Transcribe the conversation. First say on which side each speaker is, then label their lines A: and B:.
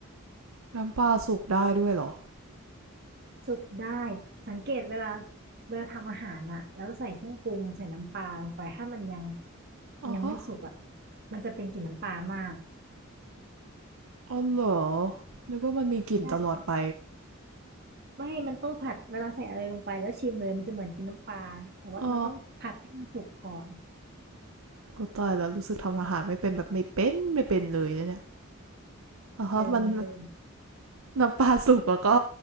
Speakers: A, on the right; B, on the right.
A: น้ำปลาสุกได้ด้วยเหรอ
B: สุกได้สังเกตเวลาเวลาทำอาหารอะแล้วใส่เครื่องปรุงใส่น้ำปลาลงไปถ้ามันยัง
A: อ๋อฮะ
B: ยังไม่สุกอะมันจะเป็นกลิ่นน้ำปลามาก
A: อ๋อเหรอนึกว่ามันมีกลิ่นตลอดไป
B: ใช่ไม่มันต้องผัดเวลาใส่อะไรลงไปแล้วชิมเลยมันจะเหมือนกินน้ำปลาแต่ว่ามันต้องผัดให้มันสุกก่อน
A: อ๋อ โอ้ตายแล้วรู้สึกทำอาหารไม่เป็นแบบไม่เป็นไม่เป็นเลยนะเนี่ยอ๋อมัน
B: เออมันจะ
A: น้ำปลาสุกแล้วก็